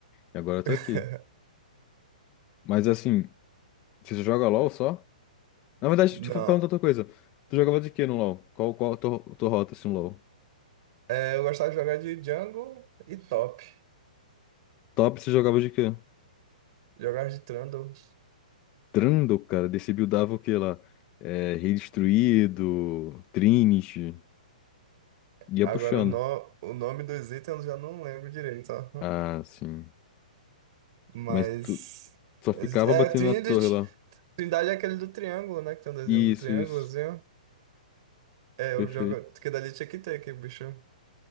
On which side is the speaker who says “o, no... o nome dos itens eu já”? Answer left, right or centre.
Right